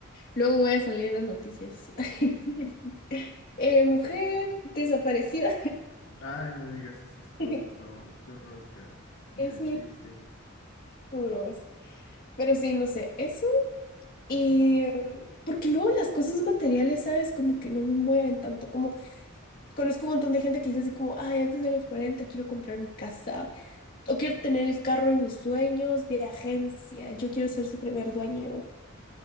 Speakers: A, on the left; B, on the left.
A: luego voy a salir en las noticias. <laughs> Eh, mujer desaparecida.
B: ay, no digas esas cosas,
A: <laughs>
B: no, qué horror, Kat, ni
A: Parece
B: de chiste.
A: duro. Pero sí, no sé, eso. Y
B: Ujú.
A: eh, porque luego las cosas materiales, ¿sabes? Como que no me mueven tanto. Como conozco un montón de gente que dice así como, ay, antes de los 40 quiero comprar mi casa o quiero tener el carro de mis sueños de agencia, yo quiero ser su primer dueño.